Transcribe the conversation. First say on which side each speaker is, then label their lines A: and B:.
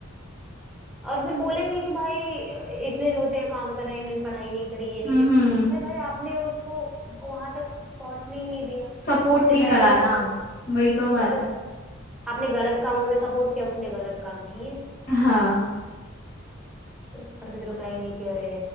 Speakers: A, in the centre; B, on the left.
A: और फिर बोलेंगे कि भाई इतने छोटे हैं काम कर रहे हैं इन्होंने पढ़ाई नहीं करी ये नहीं
B: हम्म
A: करी
B: हम्म
A: अरे भाई आपने उसको वहां तक पहुंचने ही नहीं दिया
B: सपोर्ट
A: आपने
B: नहीं कराना
A: पहले ही उसको
B: वही तो बात
A: बस
B: है
A: आपने गलत कामों में सपोर्ट किया उसने गलत काम किए
B: हाँ
A: तो और फिर वो कहेंगे कि अरे